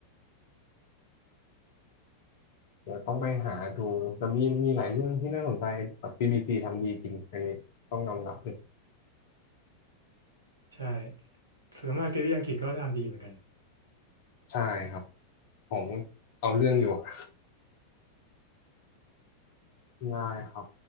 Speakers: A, on the left (about 50°); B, on the right (about 80°).
A: เดี๋ยวต้องไปหาดูแต่มีมีหลายเรื่องที่น่าสนใจแบบ BBC ทำดีจริงอันนี้ต้องยอมรับเลย
B: ใช่ส่วนมากซีรีส์อังกฤษก็ทำดีเหมือนกัน
A: ใช่ครับของเอาเรื่องอยู่อะได้ครับ